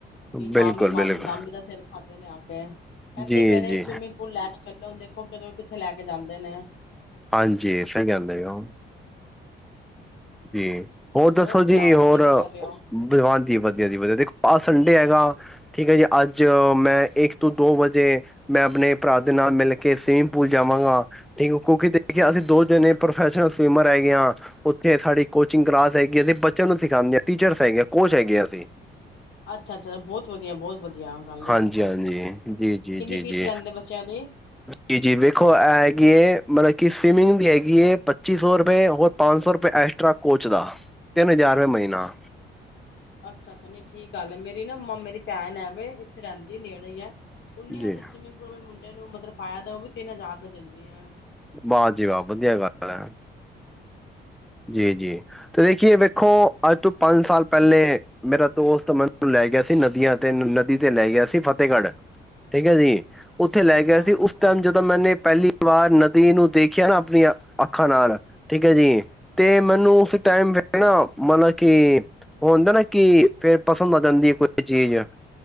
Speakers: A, on the left; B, in the centre.
A: ਵੀ
B: ਬਿਲਕੁਲ,
A: ਮਾਮੇ ਮਾਮੀ,
B: ਬਿਲਕੁਲ
A: ਮਾਮੀ ਦਾ ਸਿਰ ਖਾਂਦੇ ਨੇ ਆ ਕੇ ਕਹਿੰਦੇ
B: ਜੀ,
A: ਪਏ ਨੇ
B: ਜੀ
A: ਸਵੀਮਿੰਗ ਪੂਲ ਲੈ ਕੇ ਛੱਡੋ ਦੇਖੋ, ਕਿਦੋਂ ਕਿੱਥੇ ਲੈ ਕੇ ਜਾਂਦੇ ਨੇ।
B: ਹਾਂਜੀ ਇਸੇ ਕੈਂਦੇ ਹੋਣ ਜੀ, ਹੋਰ ਦੱਸੋ
A: ਸੁਣਾਓ
B: ਜੀ ਹੋਰ
A: ਤੁਸੀਂ ਕੀ ਕਰ ਰਹੇ ਹੋ
B: ਦਿਵਾਨ ਜੀ, ਵਧੀਆ ਜੀ ਵਧੀਆ ਦੇਖੋ ਆਹ ਸੰਡੇ ਹੈਗਾ ਠੀਕ ਹੈ ਜੀ, ਅੱਜ ਮੈਂ ਇੱਕ ਤੋਂ ਦੋ ਵਜੇ ਮੈਂ ਆਪਣੇ ਭਰਾ ਦੇ ਨਾਲ ਮਿਲ ਕੇ ਸਵੀਮਿੰਗ ਪੂਲ ਜਾਵਾਂਗਾ। ਠੀਕ ਕਿਉਂਕਿ ਦੇਖਿਆ, ਅਸੀਂ ਦੋ ਜਣੇ ਪ੍ਰੋਫੈਸ਼ਨਲ ਸਵਿਮਰ ਹੈਗੇ ਹਾਂ। ਸਾਡੀ ਕੋਚਿੰਗ ਕਲਾਸ ਹੈਗੀ। ਅਸੀਂ ਬੱਚਿਆਂ ਨੂੰ ਸਿਖਾਉਂਦੇ, ਟੀਚਰਸ ਹੈਗੇ ਹਾਂ ਕੋਚ ਹੈਗੇ ਆ ਅਸੀਂ।
A: ਅੱਛਾ ਅੱਛਾ, ਬਹੁਤ ਵਧੀਆ ਐ ਬਹੁਤ ਵਧੀਆ ਗੱਲ
B: ਹਾਂਜੀ
A: ਹੈ ਫਿਰ ਤਾਂ
B: ਹਾਂਜੀ ਜੀ
A: ਕਿੰਨੀ
B: ਜੀ ਜੀ
A: ਫੀਸ
B: ਜੀ
A: ਲੈਂਦੇ ਬੱਚਿਆਂ ਦੀ?
B: ਜੀ ਜੀ ਵੇਖੋ ਇਹ ਹੈਗੀ ਹੈ। ਮਤਲਬ ਕਿ ਸਵਿਮਿੰਗ ਦੀ ਹੈਗੀ ਹੈ ਪੱਚੀ ਸੌ ਰੁਪਏ ਹੋਰ ਪੰਜ ਸੌ ਰੁਪਏ ਐਕਸਟਰਾ ਕੋਚ ਦਾ ਤਿੰਨ ਹਜ਼ਾਰ ਰੁਪਏ ਮਹੀਨਾ।
A: ਅੱਛਾ ਅੱਛਾ ਨੀ ਠੀਕ ਗੱਲ ਹੈ ਮੇਰੀ ਨਾ ਮੰਮਾ ਮੇਰੀ ਭੈਣ ਹੈਵੇ ਇੱਥੇ ਰੈਂਦੀ ਨੇੜੇ ਹੈ। ਉਨੇ
B: ਜੀ
A: ਆ ਸਵਿਮਿੰਗ ਪੁਲ ਮੁੰਡੇ ਨੂੰ ਮਤਲਬ ਪਾਇਆ ਉਹ ਵੀ ਤਿੰਨ ਹਜਾਰ ਰੁਪੇ ਦਿੰਦੀ ਆ
B: ਵਾਹ ਜੀ ਵਾਹ, ਵਧੀਆ ਗੱਲ ਹੈ।
A: ਹੂੰ
B: ਜੀ ਜੀ ਤੇ ਦੇਖੀਏ ਵੇਖੋ ਅੱਜ ਤੋਂ ਪੰਜ ਸਾਲ ਪੈਲੇ ਮੇਰਾ ਦੋਸਤ ਮੈਨੂੰ ਲੈ ਗਿਆ ਸੀ। ਨਦੀਆਂ ਤੇ ਨਦੀ ਤੇ ਲੈ ਗਿਆ ਸੀ। ਫਤਿਹਗੜ੍ਹ ਠੀਕ ਹੈ ਜੀ ਉੱਥੇ ਲੈ
A: ਅੱਛਾ
B: ਗਿਆ ਸੀ ਉਸ ਟੈਮ ਜਦੋਂ ਮੈਨੇ ਪਹਿਲੀ ਵਾਰ ਨਦੀ ਨੂੰ ਦੇਖਿਆ ਨਾ ਆਪਣੀਆਂ ਅੱਖਾਂ ਨਾਲ ਠੀਕ ਹੈ। ਜੀ ਅਤੇ ਮੈਨੂੰ ਉਸ ਟਾਈਮ
A: ਹੂੰ
B: ਵੇਣਾ ਮਤਲਬ ਕੀ ਉਹ ਹੁੰਦਾ ਨਾ ਕਿ ਫੇਰ ਪਸੰਦ ਆ ਜਾਂਦੀ ਕੋਈ ਚੀਜ਼